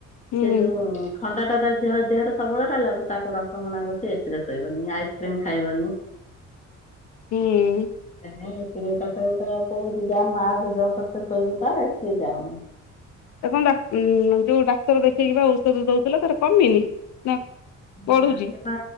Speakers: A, on the left; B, on the left.
A: ହୁଁ
B: ସେ ଯୋଉ ଥଣ୍ଡା ଟା ତା ଦେହରେ ଦେହର ସବୁବେଳେ ରହିଲାକୁ ତାକୁ ଡକ୍ଟର ମନା କରିଛି ଏ ସି ରେ ଶୋଇବନି ଆଇସ୍କ୍ରିମ୍ ଖାଇବନି।
A: ହୁଁ
B: ଏ ନାଇ ଏଥିରେ ତଥାପି ତ କହୁଚି ଯା ମା ଜେଜଙ୍କ କତିରେ ଶୋଇବୁ ତଳେ ସିଏ ଯାଉନି।
A: ତାକୁ କଣ ଡାକ ଉଁ ଯୋଉ ଡାକ୍ତର ଦେଖେଇକି ବା ଔଷଧ ଦଉଥିଲ ତାର କମିନି ନା ବଢୁଛି
B: ନା ସେଟା